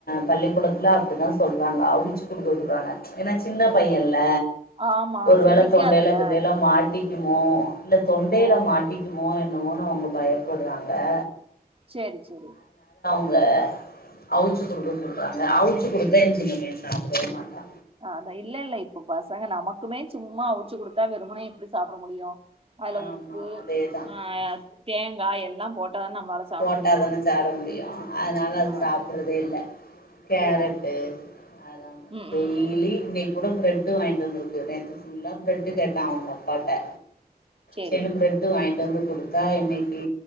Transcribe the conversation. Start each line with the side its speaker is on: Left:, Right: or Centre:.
Left: பள்ளிக்கூடத்தில் அப்படிதான் சொல்லுறாங்க அவுச்சு கொடுக்கறாங்க ஏன்னா சின்ன பையன் ல
Right: ஆமா
Left: ஓரு
Right: செமிக்காதுல்ல
Left: வேல தொண்டைல கிண்டைல மாட்டி மோ இல்ல தொண்டையில
Right: ஓ
Left: மாட்டிக்குமோ என்னமோ அவங்க பயப்படுறாங்க வே
Right: சேரி சேரி
Left: அங்க அவிச்சு கொடுக்க சொல்கிறாங்க அவிச்சு கொடுத்தா எங்க சின்ன பையன் சாப்பிடவே மாட்டா
Right: அஹ் அதான் இல்ல இல்ல இப்போ பசங்க நமக்குமே சும்மா அவிச்சு கொடுத்தா வெறுமனே எப்படி சாப்பிட முடியு அதுல
Left: ஆமா
Right: உப்பு
Left: அதேதா
Right: அஹ் தேங்காய் எல்லா போட்டோ தான் நம்மளால சாப்ட
Left: போட்டாதானே
Right: முடியு
Left: சாப்பிட முடியும் அதனால அது
Right: ஆ
Left: சாப்பிடறதே இல்ல கேரட்டு
Right: ஓ
Left: அத
Right: ம்
Left: டெய்லி
Right: ம் ம் ம்
Left: இன்னை கூட பிரட் வாங்கிட்டு வந்திருக்கு நேற்று புல்லா பிரெட்டு் கேட்டான் அவங்க அப்பாட்ட
Right: சேரி
Left: சேரின்னு பிரட்டு வாங் வாங்கிட்டு வந்து கொடுத்தா இன்னைக்கு